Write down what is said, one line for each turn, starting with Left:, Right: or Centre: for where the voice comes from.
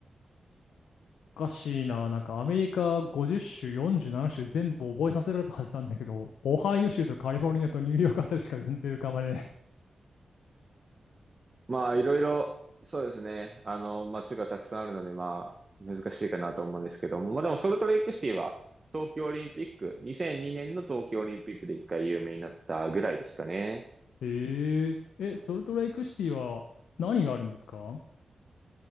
Left: おかしいな。なんかアメリカ50州、47州全部覚えさせられたはずなんだけど、オハイオ州とカリフォルニアとニューヨークあたりしか全然浮かばね
Right: まあ、いろいろ、そうですね。あの、街がたくさんあるので、まあ、難しいかなと思うんですけども。まあでも、ソルトレイクシティは、東京オリンピック、2002年の東京オリンピックで一回有名になったぐらいですかね。
Left: え。<laughs> えー、え、ソルトレイクシティは何があるんですか